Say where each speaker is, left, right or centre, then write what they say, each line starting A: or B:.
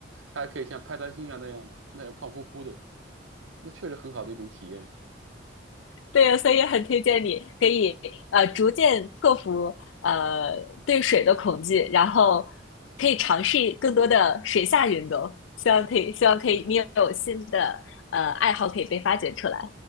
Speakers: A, on the right; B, on the left.
A: 它还可以像派大星啊那样那样胖乎乎的，那确实很好的一种体验。
B: 对呀，所以很推荐你可以呃逐渐克服呃对水的恐惧，然后可以尝试更多的水下运动。希望可以，希望可以，你有新的呃爱好可以被发掘出来。